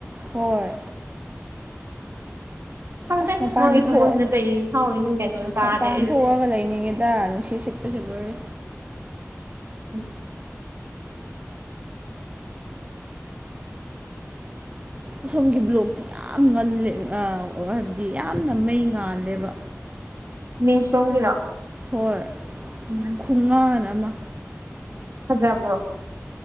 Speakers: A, on the right; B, on the right.
A: ꯍꯣꯏ
B: ꯈꯪꯗ꯭ꯔꯦ
A: ꯑꯁ ꯃꯄꯥꯟ
B: ꯃꯣꯏꯒꯤ ꯊꯃꯣꯏꯁꯤꯅ
A: ꯊꯣꯛ
B: ꯀꯩ ꯐꯥꯎꯔꯤꯅꯣ ꯒ꯭ꯌꯥꯟ ꯃꯦꯟ ꯇꯥꯗꯦ
A: ꯃꯄꯥꯟ
B: ꯑꯩꯁꯨ
A: ꯊꯣꯛꯑꯒ ꯂꯩꯅꯤꯡꯉꯦ ꯗ ꯅꯨꯡ ꯁꯤꯠꯄ ꯁꯤ ꯂꯣꯏꯔꯦ
B: ꯎꯝ
A: ꯑꯁꯣꯝꯒꯤ ꯕ꯭ꯂꯣꯛꯇꯤ ꯌꯥꯝ ꯉꯜꯂꯦ ꯑꯥ ꯍꯥꯏꯕꯗꯤ ꯌꯥꯝꯅ ꯃꯩ ꯉꯥꯜꯂꯦꯕ
B: ꯃꯦꯁ ꯂꯣꯝꯒꯤꯔꯣ
A: ꯍꯣꯏ
B: <unintelligible>
A: ꯈꯨꯉꯥꯟ ꯑꯃ
B: ꯐꯖꯕ꯭ꯔꯣ